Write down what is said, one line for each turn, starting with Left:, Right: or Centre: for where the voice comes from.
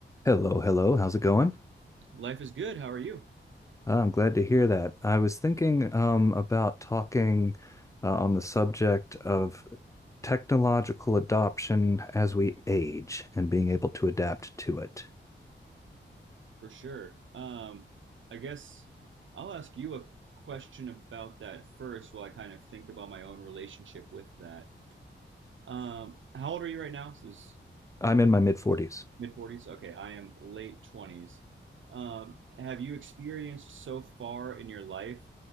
Left: Hello, hello. How's it going?
Right: Life is good. How are you?
Left: Uh, I'm glad to hear that. I was thinking um, about talking uh, on the subject of technological adoption as we age and being able to adapt to it.
Right: For sure. Um, I guess I'll ask you a question about that first while I kind of think about my own relationship with that. Um, how old are you right now? This is
Left: I'm in my mid 40s.
Right: mid 40s? Okay, I am late 20s. Um, have you experienced so far in your life